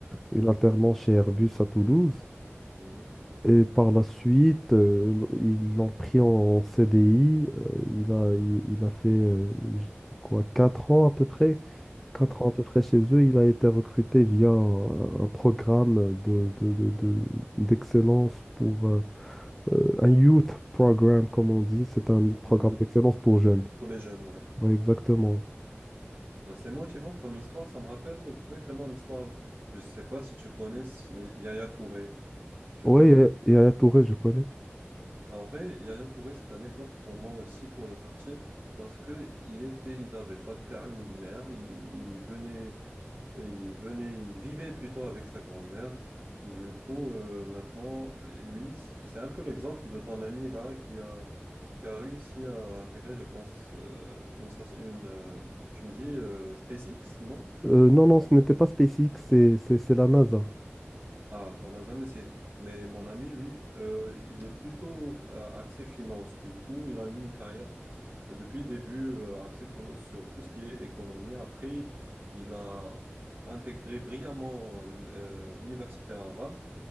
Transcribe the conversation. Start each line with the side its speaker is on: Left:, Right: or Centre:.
Right: Mhm,
Centre: une alternance chez Airbus à Toulouse.
Right: mhm,
Centre: Et par la suite, euh, ils l'ont pris en CDI. euh, il a, il, il a fait euh, j- quoi, 4 ans à peu près Quatre
Right: mhm,
Centre: ans à peu près chez eux, il a été recruté via un, un programme de, de- de- de- d'excellence pour euh, euh, un youth program, comme on dit. C'est un programme
Right: mhm.
Centre: d'excellence pour jeunes.
Right: Pour les jeunes, ouais.
Centre: Oui, exactement.
Right: Euh, C'est motivant comme histoire, ça me rappelle exactement l'histoire. Je ne sais pas si tu connais si- Yaya Touré. Tu
Centre: Oui,
Right: connais?
Centre: et, à Touré, je connais.
Right: En vrai, Yaya Touré, c'est un exemple pour moi aussi pour le quartier parce que il était, il n'avait pas de père ni de mère. Il, il venait, Et il venait, il vivait plutôt avec sa grand-mère. Du coup, euh, maintenant, lui, c'est un peu l'exemple de ton ami là qui a, qui a réussi à intégrer, je pense, euh, une, soci- une euh, tu me dis euh, SpaceX, non?
Centre: Euh, non, non, ce n'était pas SpaceX, c'est, c'est, c'est la NASA.
Right: Ah, la NASA, mais c'est, mais mon ami, lui, euh, il est plutôt euh, axé finance. Du coup, il a eu une carrière euh, depuis le début euh, axée tout- sur tout ce qui est économie. Après, il a intégré brillamment euh, l'université Harvard.